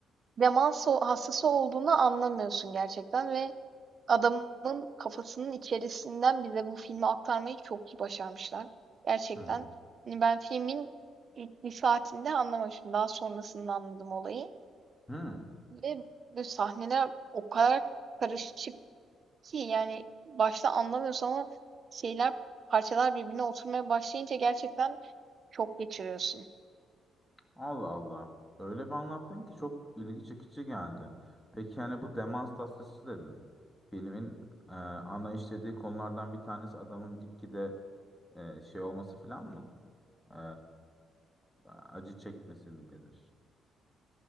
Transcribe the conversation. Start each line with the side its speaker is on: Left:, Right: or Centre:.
Right: demans o- hastası olduğunu anlamıyorsun gerçekten ve Adamın kafasının içerisinden bize bu filmi aktarmayı çok iyi başarmışlar. Gerçekten.
Centre: Hı.
Right: Hani ben filmin ilk bir saatinde anlamamıştım. Daha sonrasında anladım olayı.
Centre: Hı.
Right: Ve bu sahneler o kadar karışık ki yani başta anlamıyorsun ama şeyler parçalar birbirine oturmaya başlayınca gerçekten çok geçiriyorsun.
Centre: Allah Allah. Öyle bir anlattın ki çok ilgi çekici geldi. Peki yani bu demans tasvisi dedin. Filmin e, ana işlediği konulardan bir tanesi adamın gitgide e, şey olması falan mı? Ee, acı çekmesi mi denir?